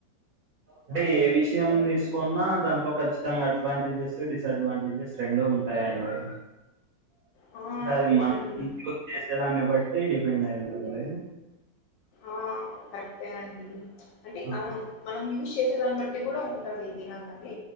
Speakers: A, on the right (about 60°); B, on the left (about 80°).
A: అంటే ఏ విషయం తీసుకోన్నా దాంట్లో ఖచ్చితంగా అడ్వాంటేజెస్ డిసడ్వాంటేజెస్ రెండూ ఉంటాయండి
B: ఆ
A: అది
B: అవునండి
A: మనం చేసేదాన్ని బట్టి డిపెండ్ అయి ఉంటుంది
B: ఆ కరెక్టే అండి అంటే
A: ఆ
B: అ మనం యూజ్ చేసేదాన్ని బట్టి కూడా ఉ ది ఏదైనాగాని